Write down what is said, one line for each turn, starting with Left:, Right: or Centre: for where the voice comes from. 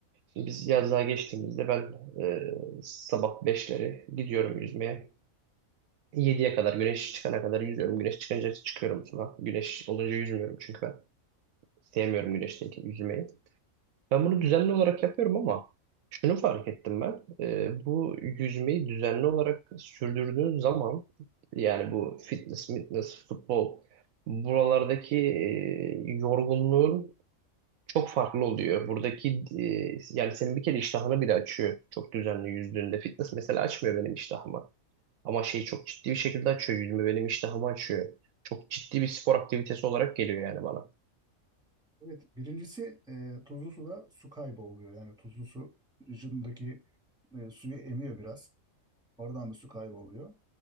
Right: Biz yazlığa geçtiğimizde ben e, sabah beşleri gidiyorum yüzmeye. Yediye kadar güneş çıkana kadar yüzüyorum. Güneş çıkınca çıkıyorum sudan. Güneş olunca yüzmüyorum çünkü ben sevmiyorum güneşteki yüzmeyi. Ben bunu düzenli olarak yapıyorum ama şunu fark ettim ben. Ee, bu yüzmeyi düzenli olarak sürdürdüğün zaman yani bu fitness, fitness, futbol buralardaki e, yorgunluğun çok farklı oluyor. Buradaki e, yani senin bir kere iştahını bile açıyor çok düzenli yüzdüğünde. Fitness mesela açmıyor benim iştahımı. Ama şey çok ciddi bir şekilde açıyor yüzümü. Benim iştahımı açıyor. Çok ciddi bir spor aktivitesi olarak geliyor yani bana.
Centre: evet birincisi e, tuzlu suda su kaybı oluyor. Yani tuzlu su vücudundaki e, suyu emiyor biraz. Oradan bir su kaybı oluyor.